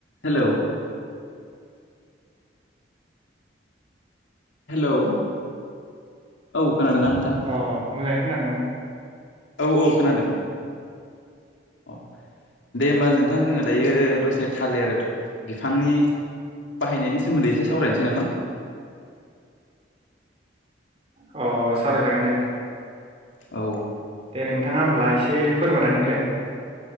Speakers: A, on the left; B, on the right.
A: हेल'। Hello औ खोनादों ना नोंथां?
B: अ मोजाङै खोनादोंना
A: औ औ खोनादों। अ दे होमबा नोंथां जोङो दायो दसे थालिर बिफांनि बाहायनायनि सोमोन्दै एसे सावरायनोसै नामा?
B: अ सावरायजागोन दे
A: औ
B: दे नोंथाङा होमब्ला एसे फोरमायनानै देह।